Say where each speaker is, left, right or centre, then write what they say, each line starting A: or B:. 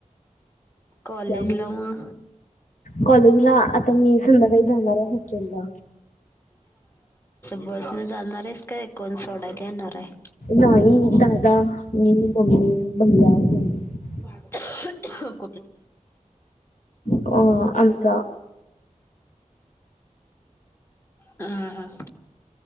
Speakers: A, on the left (about 20°); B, on the left (about 75°).
A: कॉलेजला
B: त्यामुळे
A: म
B: कॉलेजला
A: <unintelligible>
B: आता मी संध्याकाळी जाणार आहे हॉस्टेलला.
A: बस न जाणार आहेस का, कोण सोडायला येणार आहे?
B: नाही दादा, मी, मम्मी, भैया जाणार
A: कुठं?
B: ह आमचा
A: हा हा